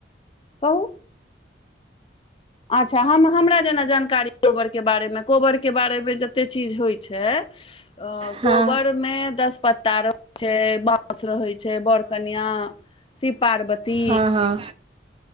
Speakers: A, on the left; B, on the right.
A: कहू अच्छा हम हमरा जेना जानकारी कोबर के बारे मे कोबर के बारे में जते चीज होइ छैय
B: हँ
A: कोबर मे दस पत्ता <unintelligible> छैय। रहै छैय बर कनिया शिव पार्वती
B: हँ हँ हँ